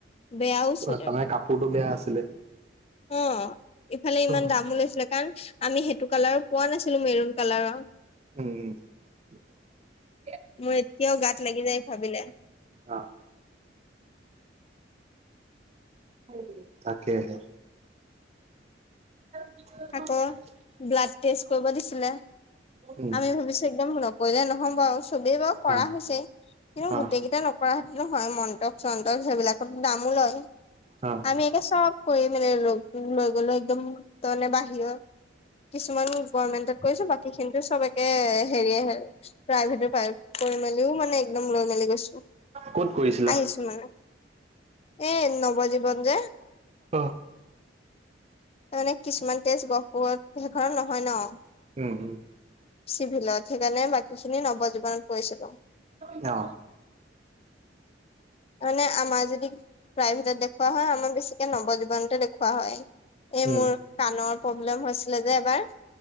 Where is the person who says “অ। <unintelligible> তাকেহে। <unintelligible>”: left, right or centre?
Right